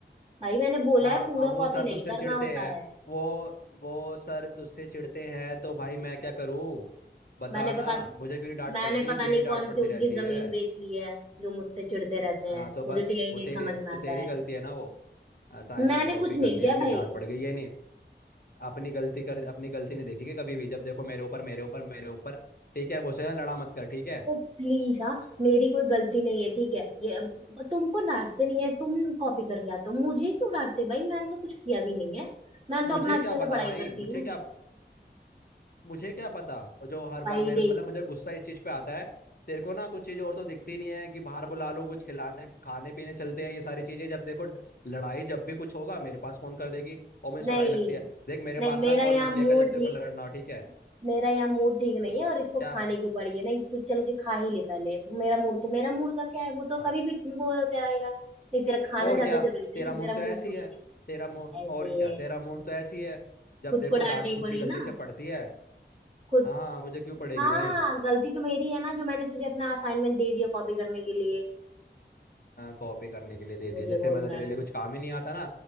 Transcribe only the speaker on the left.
हाँ
अब वो
सर
तुझसे
चिढ़ते
हैं
वो वो सर तुझसे चिढ़ते हैं तो भाई मैं क्या करूँ बता
ना मुझे क्यों नहीं डांट
पड़ती
तुझे
ही डांट
पड़ती
रहती है
हाँ
तो बस
वो
तेरी
तो
तेरी
गलती है ना वो असाइनमेंट
कॉपी
कर लिया
इसलिए
डांट पड़ गई ये नहीं अपनी गलती कर अपनी गलती नहीं देखेगी कभी भी जब देखो मेरे ऊपर मेरे ऊपर मेरे ऊपर ठीक है मुझसे ना लड़ा मत कर ठीक है
मुझे
क्या
पता
भाई
मुझे
क्या मुझे क्या पता और जो हर
बार मेरे
मतलब मुझे गुस्सा इस चीज पे आता है तेरे को ना कुछ चीज और तो दिखती नहीं है कि बाहर बुला लो कुछ खिलाने खाने पीने चलते हैं ये सारी चीजें जब देखो ड- लड़ाई जब भी कुछ होगा मेरे पास फोन कर देगी और मुझे
सुनाई लगती है देख मेरे
पास
ना कॉल
मत
किया कर जब तेरे
को लड़ना हो ठीक है
हाँ,
क्या
है
हाँ,
और
क्या
तेरा
मूड
तो
ऐसी
है
तेरा मूड
और
क्या
तेरा मूड तो ऐसी है जब
देखो
डांट
खुद
की गलतियों
से पड़ती है
हाँ मुझे क्यों पड़ेगी
भाई
कॉपी करने के लिए दे
दिया जैसे
मैं तो
तेरे
लिए कुछ काम ही नहीं आता ना